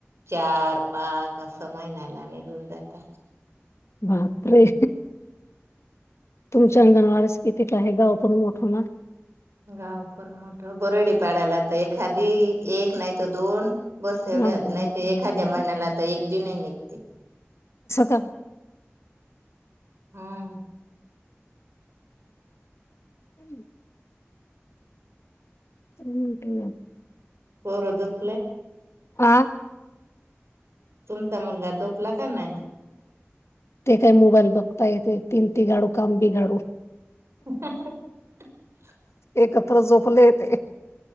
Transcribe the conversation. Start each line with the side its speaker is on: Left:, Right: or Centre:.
Right: चार पाच अस महिन्याला निघून जात.
Left: बापरे तुमच्या अंगणवारस किती का आहे गाव पण मोठं ना.
Right: गाव पण मोठ बरडी पाडायला तर एखादी एक नाही तर दोन बस एवढ्याच
Left: असं
Right: नाहीत एखाद्या महिन्याला आ तर एक ब नाही निघते
Left: का?
Right: हम्
Left: हम् हम् ते
Right: पररत प्ले
Left: आं
Right: तुमचा मुलगा चोकला का नाही
Left: ते काय मोबाईल बघता येत तीम ती गाडू कामबी गाडू
Right: ह
Left: एकत्र झोपले ते